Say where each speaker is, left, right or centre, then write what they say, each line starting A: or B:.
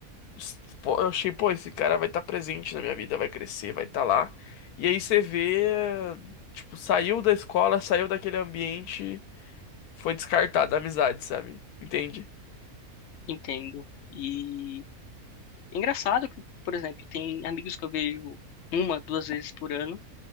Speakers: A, on the left; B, on the left.
A: s- pô, eu achei, pô, esse cara vai estar presente na minha vida, vai crescer, vai estar lá. E aí você vê, tipo, saiu da escola, saiu daquele ambiente, foi descartado a amizade, sabe? Entende?
B: entendo. E Engraçado que, por exemplo, tem amigos que eu vejo uma, duas vezes por ano,